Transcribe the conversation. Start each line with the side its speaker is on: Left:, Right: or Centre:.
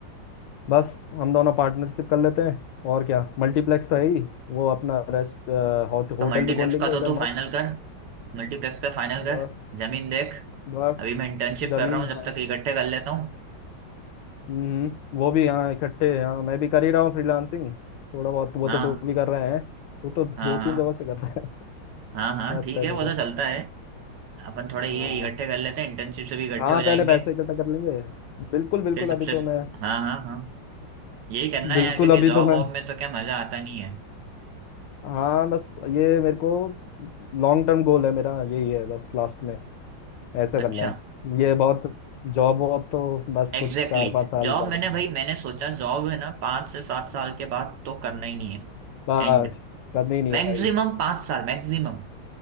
Left: बस हम दोनों पार्टनरशिप कर लेते हैं और क्या मल्टीप्लेक्स तो है ही वो अपना रेस्ट होट, होटल
Right: तो मल्टीप्लेक्स
Left: भी खोल लेंगे
Right: का तो
Left: इधर
Right: तू
Left: मस्त
Right: फाइनल कर मल्टीप्लेक्स का फाइनल कर
Left: बस
Right: जमीन देख
Left: बस
Right: अभी मैं इंटर्नशिप
Left: जमीन
Right: कर रहा हूँ जब
Left: हाँ
Right: तक इकट्ठे कर लेता हूँ
Left: हम्म हम्म। वो भी हाँ इकट्ठे हाँ मैं भी कर ही रहा हूँ फ्रीलांसिंग थोड़ा बहुत वो
Right: हाँ
Left: तो तू भी कर रहे हैं तू तो
Right: हाँ
Left: दो तीन
Right: हाँ
Left: जगह से कर रहा है
Right: हाँ हाँ
Left: <laughs> मस्त
Right: ठीक
Left: है
Right: है
Left: तू
Right: वो
Left: तो
Right: तो चलता है अपन थोड़े
Left: हाँ
Right: ये इकट्ठे कर लेते हैं इंटर्नशिप से भी इकट्ठे
Left: हाँ
Right: हो जाएंगे
Left: पहले पैसे इकट्ठा कर लेंगे बिल्कुल बिल्कुल
Right: फिर सबसे
Left: अभी तो मैं
Right: हाँ हाँ हाँ यही करना
Left: बिल्कुल
Right: है यार क्योंकि
Left: अभी
Right: जॉब
Left: तो मैं
Right: वॉब में तो क्या मजा आता नहीं है
Left: हाँ बस ये मेरे को लॉन्ग टर्म गोल है मेरा यही है बस लास्ट में ऐसा
Right: अच्छा
Left: करना है ये बहुत जॉब वॉब तो बस
Right: एग्जैक्टली
Left: कुछ चार पाँच
Right: exactly.
Left: साल
Right: जॉब
Left: ज़्यादा
Right: मैंने
Left: नहीं
Right: भाई मैंने सोचा जॉब है ना पाँच से सात साल के बाद तो करना ही नहीं है
Left: बस
Right: एंड
Left: करनी नहीं
Right: मैक्सिमम
Left: है भाई
Right: पांच साल मैक्सिमम